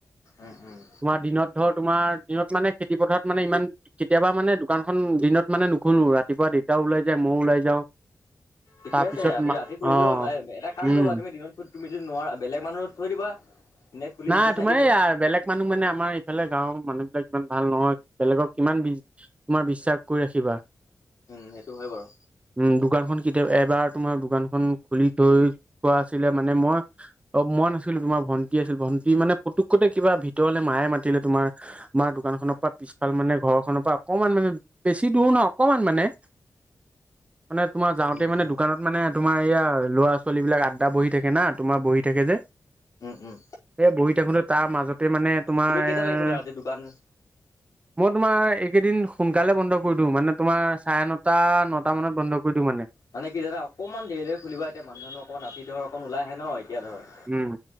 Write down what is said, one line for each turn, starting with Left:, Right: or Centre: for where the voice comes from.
Left: উম উম
Right: তোমাৰ দিনত ধৰ তোমাৰ দিনত মানে খেতি পথাৰত মানে ইমান কেতিয়াবা মানে দোকানখন দিনত মানে নুখুনো ৰাতিপুৱা দেতাও ওলাই যায় মইও ওলাই যাওঁ।
Left: ঠিকে
Right: তাৰপিছত
Left: আছে
Right: মা
Left: ৰাতি ফুৰিলেও
Right: অ
Left: হ'ল ম এটা কাম
Right: উম
Left: কৰিবা তুমিত তুমি যদি নোৱাৰা বেলেগ মানুহ থৈ দিবা। এনে খুলি
Right: না
Left: এনে চাই
Right: তোমাৰ
Left: দিব
Right: এই বেলেগ। মানুহ মানে আমাৰ ইফালে গাঁওৰ মানুহ বিলাক ইমান ভাল নহয়, বেলেগক কিমান বিজি। তোমাৰ বিশ্বাস কৰি ৰাখিবা।
Left: উম সেইটো হয় বাৰু।
Right: উম দোকানখন কেতিয়াবা এবাৰ তোমাৰ দোকানখন খুলি থৈ থোৱা আছিলে মানে মই। অ মই নাছিলো তোমাৰ ভণ্টি আছিল ভন্টি মানে পুতুকতে কিবা ভিতৰলে মায়ে মাতিলে তোমাৰ। আমাৰ দোকান খনৰ পৰা- পিছফাল মানে ঘৰখনৰ পৰা অকমান মানে বেছি দূৰ নহয় অকমান মানে- মানে তোমাৰ যাওঁতে
Left: উম
Right: মানে
Left: উম
Right: দোকানত মানে তোমাৰ এইয়া ল'ৰা ছোৱালী বিলাক আদ্ডা বহি থাকে না তোমাৰ বহি থাকে যে -
Left: উম উম
Right: এ বহি থাকোতে তাৰ মাজতে মানে তোমাৰ
Left: তুমি কেইটালৈকে
Right: এ-
Left: খোলা ৰাতি দোকান?
Right: মই তোমাৰ এইকেইদিন সোনকালে বন্ধ কৰি দিওঁ মানে তোমাৰ চাৰে নটা নটা মানত বন্ধ কৰি দিওঁ মানে-
Left: মানে কি যানা অকমান দেৰিলৈকে খুলিবা এতিয়া মানুহ জানুহ অকমান ৰাতি ধৰ অকমাণ ওলাই আহে ন এতিয়া ধৰ।
Right: উম